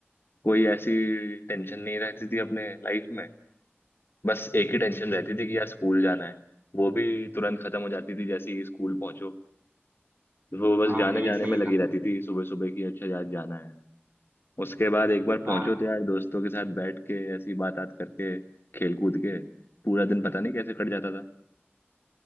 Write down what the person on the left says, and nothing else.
कोई ऐसी टेंशन नहीं रहती थी अपने लाइफ में बस एक ही टेंशन रहती थी कि यार स्कूल जाना है वो भी तुरंत खत्म हो जाती थी जैसे ही स्कूल पहुंचो वो बस
जाने
जाने
में लगी
रहती थी सुबह सुबह की अच्छा यार जाना है उसके बाद एक बार पहुंचो
तो यार दोस्तों के साथ बैठ के ऐसी बात बात करके खेल कूद के पूरा दिन पता नहीं कैसे कट जाता था